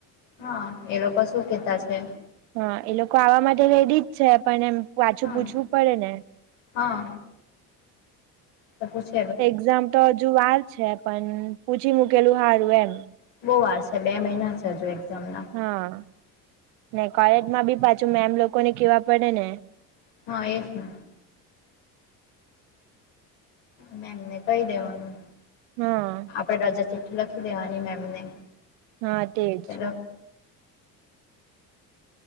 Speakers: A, on the left; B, on the right.
A: હા એ લોકો શું કેતા છે.
B: હા એ લોકો આવા માટે રેડી જ છે પણ એમ પાછું
A: હા
B: પૂછવું પડે ને
A: હા તો પછી
B: એક્ઝામ તો હજુ વાર છે પણ પૂછી મૂકેલું સારું એમ
A: બહુ વાર છે બે મહિના જ હજુ એક્ઝામ ના
B: હા ને કોલેજમાં બી પાછું મેમ લોકોને કહેવા પડે ને
A: હા એ જ ને મે એમને કહી દેવાનું
B: હા
A: આપણેે રાજા ચિઠ્ઠી લખી દેવાની મેમને
B: હા તેજ
A: એ્